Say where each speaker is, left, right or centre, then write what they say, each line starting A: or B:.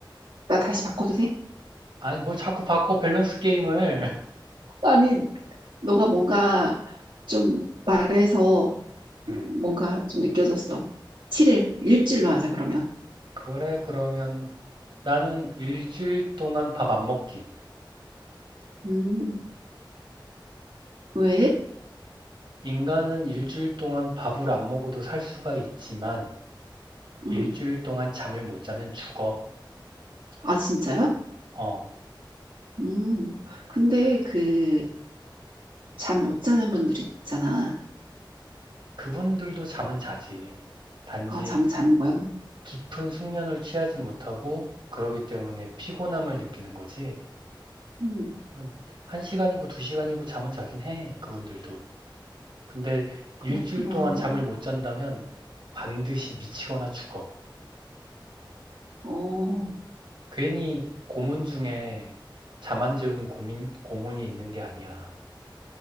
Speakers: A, on the right (about 85°); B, on the right (about 65°).
A: 나 다시 바꿔도 돼?
B: 아니, 뭘 자꾸 바꿔, 밸런스 게임을.
A: 아니 너가 뭔가 좀 말해서
B: <laughs> 음,
A: 뭔가 좀 느껴졌어. 7일, 일주일로 하자, 그러면.
B: 그래, 그러면 나는 일주일 동안 밥 안 먹기.
A: 음, 왜?
B: 인간은 일주일 동안 밥을 안 먹어도 살 수가 있지만, 일주일
A: 음,
B: 동안 잠을 못 자면 죽어.
A: 아, 진짜요?
B: 어,
A: 음, 근데 그, 잠 못 자는 분들 있잖아.
B: 그분들도 잠은 자지. 단지
A: 아, 잠은 자는 거야?
B: 깊은 숙면을 취하지 못하고 그러기 때문에 피곤함을 느끼는 거지.
A: 음,
B: 그건 한 시간이고 두 시간이고 잠은 자긴 해, 그분들도. 근데
A: 그렇구나.
B: 일주일 동안 잠을 못 잔다면 반드시 미치거나 죽어.
A: 어,
B: 괜히 고문 중에 잠 안 재우는 고민, 고문이 있는 게 아니야.